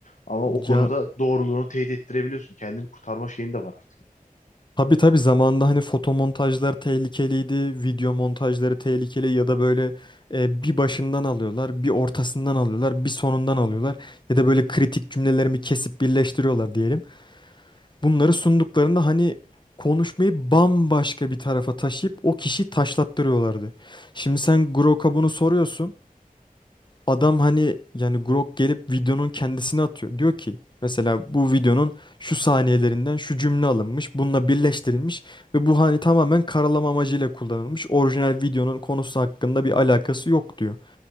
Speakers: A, on the left (about 55°); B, on the left (about 30°).
A: Ama o konuda
B: Ya
A: doğruluğunu teyit ettirebiliyorsun. Kendini kurtarma şeyin de var artık.
B: Tabii tabii zamanında hani fotomontajlar tehlikeliydi, video montajları tehlikeli ya da böyle e, bir başından alıyorlar, bir ortasından alıyorlar, bir sonundan alıyorlar ya da böyle kritik cümlelerimi kesip birleştiriyorlar diyelim. Bunları sunduklarında hani konuşmayı bambaşka bir tarafa taşıyıp o kişiyi taşlattırıyorlardı. Şimdi sen Grok'a bunu soruyorsun. Adam hani yani Grok gelip videonun kendisini atıyor. Diyor ki mesela bu videonun şu saniyelerinden şu cümle alınmış, bununla birleştirilmiş ve bu hani tamamen karalama amacıyla kullanılmış. Orijinal videonun konusu hakkında bir alakası yok diyor.